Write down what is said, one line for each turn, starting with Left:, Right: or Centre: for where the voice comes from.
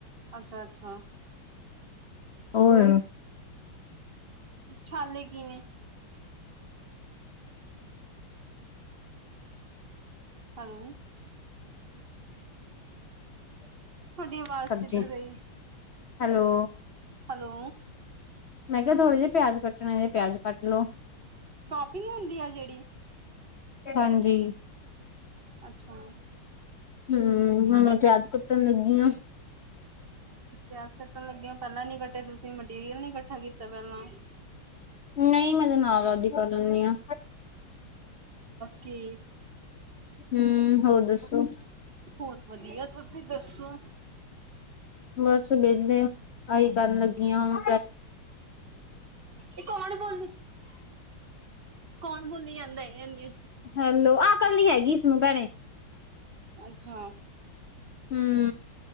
Right: ਅੱਛਾ ਅੱਛਾ
Left: ਔਰ
Right: ਛੇ ਕਿਵੇਂ ਹੈਲੋ ਤੁਹਾਡੀ ਆਵਾਜ਼
Left: ਸਜ਼ੀਆਂ
Right: ਕਿੱਧਰ ਗਈ
Left: ਹੈਲੋ
Right: ਹੈਲੋ
Left: ਮੈਂ ਕਿਹਾ ਥੋੜੇ ਜਿਹੇ ਪਿਆਜ ਕੱਟਣੇ ਜੇ ਪਿਆਜ ਕੱਟ ਲੋ
Right: ਸ਼ੋਪਿੰਗ ਹੁੰਦੀ ਆ ਜਿਹੜੀ
Left: ਹਾਂਜੀ
Right: ਅੱਛਾ
Left: ਹਮ ਮੈਂ ਪਿਆਜ ਕੱਟਣ ਲੱਗੀ ਆ
Right: ਪਿਆਸ ਕੱਟਣ ਲੱਗੇ ਹੋ ਪਹਿਲਾਂ ਨੀ ਕੱਟੇ ਤੁਸੀਂ ਮਟੀਰੀਅਲ ਨੀ ਕੱਠਾ ਕੀਤਾ ਪਹਿਲਾਂ
Left: ਨਹੀਂ ਮੈਂ ਤੇ ਨਾਲ ਰਾ ਹੀ ਕਰ ਲੈਂਦੀ ਹਾਂ
Right: ਕੇ
Left: ਹਮ ਹੌ ਹੋਰ ਦਸੋ
Right: ਹੋਰ ਵਧੀਆ ਤੁਸੀਂ ਦੱਸੋ
Left: ਬਸ ਵਿਹਲੇ ਆਹੀ ਕਰਨ ਲੱਗੀਆਂ ਹੁਣ
Right: ਇਹ ਕੌਣ ਬੋਲੀ ਕੌਣ ਬੋਲੀ ਜਾਂਦਾ ਨਹੀਂ
Left: ਹੈਲੋ ਆਹ ਕੱਲ ਨੀ ਹੈਗੀ ਇਸਨੂੰ ਭੈਣੇ
Right: ਅੱਛਾ
Left: ਹਮ